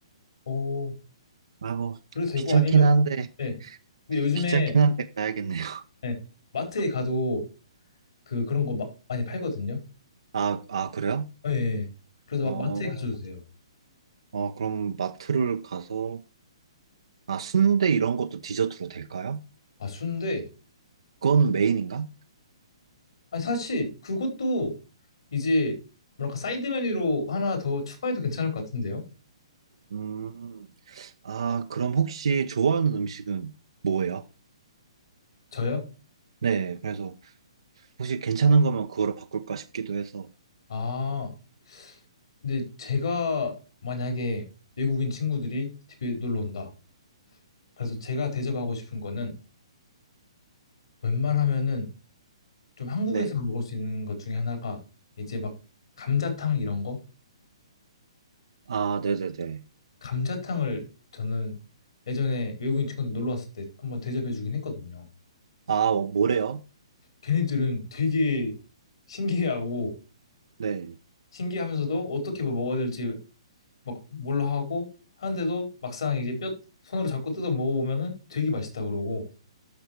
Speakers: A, on the left (about 65°); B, on the right (about 65°).
A: 오,
B: 아, 뭐,
A: 그래도 되고
B: 귀찮긴
A: 아니면
B: 한데,
A: 네. 근데 요즘에
B: 귀찮긴 한데 가야겠네요.
A: 네, 마트에 가도 그 그런 거 마- 많이 팔거든요.
B: 아, 아, 그래요?
A: 예. 예. 그래서
B: 어,
A: 마- 마트에 가셔도 돼요.
B: 어, 그럼 마트를 가서, 아, 순대 이런 것도 디저트로 될까요?
A: 아, 순대.
B: 그거는 메인인가?
A: 아니 사실 그것도 이제 뭐랄까 사이드 메뉴로 하나 더 추가해도 괜찮을 것 같은데요.
B: 음. 아, 그럼 혹시 좋아하는 음식은 뭐예요?
A: 저요?
B: 네, 그래서 혹시 괜찮은 거면 그거로 바꿀까 싶기도 해서.
A: 아, 근데 제가 만약에 외국인 친구들이 집에 놀러 온다. 그래서 제가 대접하고 싶은 거는 웬만하면은 좀 한국에서
B: 네.
A: 먹을 수 있는 것 중에 하나가 이제 막 감자탕 이런 거?
B: 아, 네네네.
A: 감자탕을 저는 예전에 외국인 친구들 놀러 왔을 때 한번 대접해 주긴 했거든요.
B: 아, 어, 뭐래요?
A: 걔네들은 되게 신기해하고
B: 네.
A: 신기하면서도 어떻게 뭐 먹어야 될지 막 몰라 하고 하는데도 막상 이제 뼈 손으로 잡고 뜯어 먹어보면은 되게 맛있다 그러고